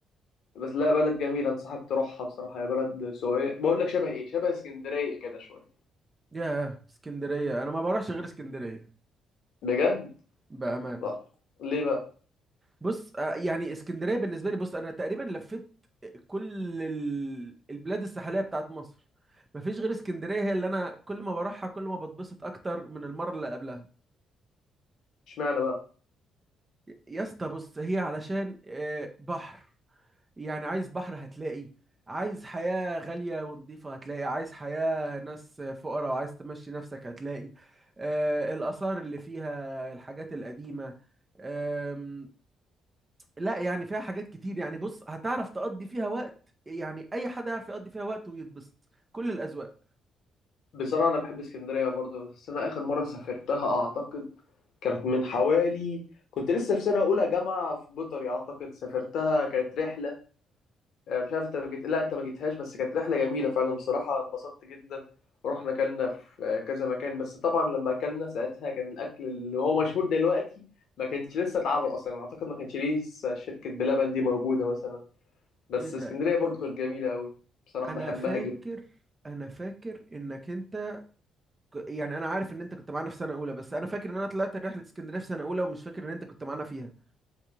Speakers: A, on the left (about 55°); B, on the right (about 25°).
A: بس لا بلد جميلة انصحك تروحها بصراحة هي بلد سوية بقول لك شبه ايه شبه اسكندرية كده شوية
B: ياه اسكندرية انا ما بروحش غير اسكندرية
A: بجد
B: بأمانة
A: لا. ليه بقى
B: بص آه، يعني اسكندرية بالنسبة لي بص انا تقريبا لفيت كل ال- البلاد الساحلية بتاعت مصر مفيش غير اسكندرية هي اللي انا كل ما بروحها كل ما بتبسط اكتر من المرة اللي قبلها
A: اشمعنى بقى
B: يا اسطى بص هي علشان آه، بحر يعني عايز بحر هتلاقي عايز حياة غالية ونظيفة هتلاقي عايز حياة ناس فقراء وعايز تمشي نفسك هتلاقي آه الآثار اللي فيها الحاجات القديمة آم، لا يعني فيها حاجات كتير يعني بص هتعرف تقضي فيها وقت يعني أي حد يعرف يقضي فيها وقت ويتبسط كل الأذواق
A: بصراحة انا بحب اسكندرية برضه بس انا اخر مرة سافرتها اعتقد كانت من حوالي كنت لسه في سنة أولى جامعة في بيطري أعتقد سافرتها كانت رحلة آه، مش عارف انت ما جيت لا انت ما جيتهاش بس كانت رحله جميله فعلا بصراحه انبسطت جدا ورحنا اكلنا في آه، كذا مكان بس طبعا لما اكلنا ساعتها كان الاكل اللي هو مشهور دلوقتي ما كانش لسه اتعمل اصلا اعتقد ما كانش لسه شركه بلبن دي موجوده مثلا بس
B: ايه ده
A: اسكندريه برضو كانت جميله قوي بصراحه
B: انا
A: بحبها
B: فاكر
A: جدا
B: انا فاكر انك انت ك- يعني انا عارف ان انت كنت معانا في سنة اولى بس انا فاكر ان انا طلعت رحلة اسكندرية في سنة اولى ومش فاكر ان انت كنت معانا فيها